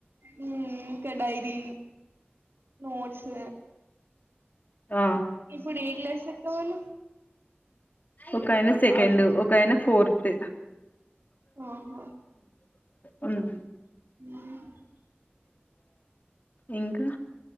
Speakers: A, on the right; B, on the left.
A: మ్ ఇంకా డైరీ నోట్స్
B: ఆ
A: ఇప్పుడు ఏ క్లాస్ చెట్టోళ్ళు
B: ఒకాయనా సెకండ్ ఒకాయనా ఫోర్త్
A: ఆహా
B: ఉమ్
A: ఉమ్
B: ఇంకా?